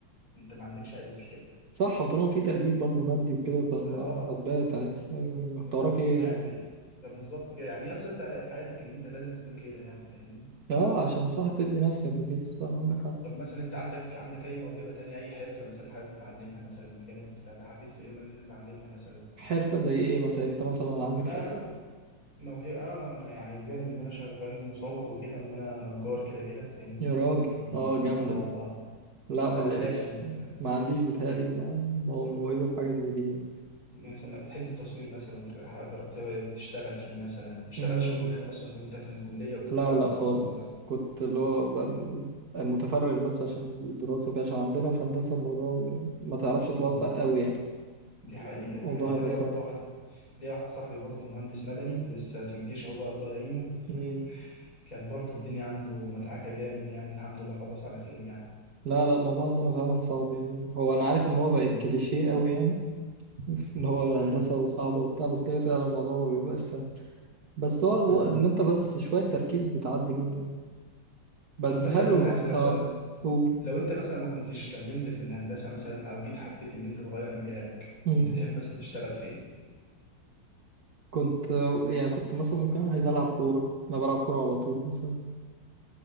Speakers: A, on the left; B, on the right.
A: انت ما عندكش اي مشكله
B: صح وطالما في تقدير برضو مادي وكده فما
A: اه
B: هتبات عادي ايوه ايوه
A: بالظبط
B: انت وراك ايه يعني
A: يعني ده ده بالظبط كده يعني اصلا انت حياتك ان انت لازم تكون كده يعني فاهمني
B: اه عشان بصح تبني نفسك وكده صح عندك حق
A: طب مثلا انت عندك عندك اي موهبه تانية اي حرفه مثلا حابب تتعلمها مثلا بجانب بتاع ده حبيت في يوم ان انت تتعلمها مثلا
B: حرفة زي ايه مثلا انت مثلا عندك
A: ما
B: حرفة
A: موهبة آه، أنا أنا يعني بجانب إن أنا شغال مصور وكده إن أنا نجار كده كده فاهمني
B: يا راجل
A: يعني
B: اه جامدة
A: آه
B: دي
A: والله
B: لا
A: فأنا
B: ما لقيتش
A: فاهم
B: ما عنديش بيتهيألي
A: يعني
B: ما- مو- موهبة في حاجة زي دي يعني.
A: مثلا بتحب التصوير مثلا جربت تشتغل فيه مثلا اشتغلت
B: امم
A: شغلانات أصلا وأنت في الكلية وكده
B: لا
A: والدراسة
B: لا خالص
A: ولا لأ؟
B: كنت اللي هو ب- متفرغ بس عشان الدراسة وكده عشان عندنا في هندسة الموضوع ما تعرفش
A: مم.
B: توفق قوي يعني
A: دي حقيقة
B: الموضوع
A: دي حقيقة أنا
B: هيبقى
A: ليا
B: صعب
A: برضو واحد ليا واحد صاحبي برضو مهندس مدني لسه في الجيش أهو بقى الله يعينه
B: مم.
A: كان برضو الدنيا عنده مدعكة جامد يعني الحمد لله خلص على خير يعني
B: لا لا الموضوع عندنا فعلا صعب يعني هو انا عارف ان هو بقت
A: مم.
B: كليشيه قوي يعني <laughs> ان هو
A: مم.
B: الهندسه وصعبه وبتاع بس هي فعلا الموضوع ما بيبقاش سهل بس هو هو
A: مم.
B: ان انت بس شويه تركيز بتعدي منه يعني. بس
A: طب مثلا
B: حلو ما...
A: عايز اسالك
B: اه
A: سؤال
B: قول
A: لو انت مثلا ما كنتش كملت في الهندسه مثلا او جيت حبيت ان انت تغير مجالك
B: مم.
A: انت تحب مثلا تشتغل في ايه
B: كنت يعني كنت مثلا ممكن عايز العب كوره انا بلعب كوره على طول مثلا